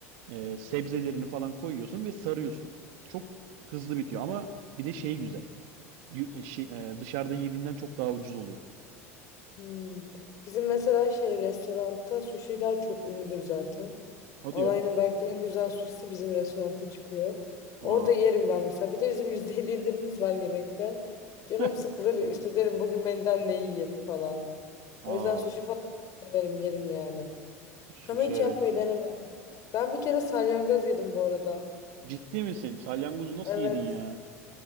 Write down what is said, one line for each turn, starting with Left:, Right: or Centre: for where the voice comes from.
Right: e, sebzelerini falan koyuyorsun ve sarıyorsun. Çok hızlı bitiyor ama bir de şey güzel. Yu- e, şey, e, dışarıda yediğinden çok daha ucuz oluyor.
Left: Hmm. Bizim mesela şey restoranda suşiler çok ünlüdür zaten.
Right: Hadi
Left: Alanya'nın
Right: ya.
Left: belki de en güzel suşisi bizim restoranda çıkıyor. Orada
Right: Aa.
Left: yerim ben mesela. Bir de bizim %50 indirimimiz var yemekte. Canım
Right: <laughs> Heh.
Left: sıkılır işte derim bugün menüden ne yiyeyim falan.
Right: Aa.
Left: O yüzden suşi falan çok severim yerim yani.
Right: Sushi
Left: Ama hiç
Right: evet.
Left: yapmayı denemedim. Ben bir kere salyangoz yedim bu arada.
Right: Ciddi misin? Salyangozu nasıl
Left: Evet.
Right: yedin ya?